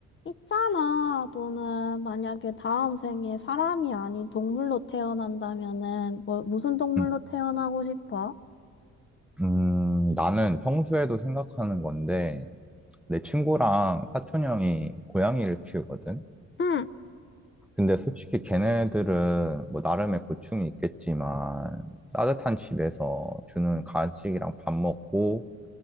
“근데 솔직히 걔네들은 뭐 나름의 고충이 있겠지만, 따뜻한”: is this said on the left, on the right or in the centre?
Centre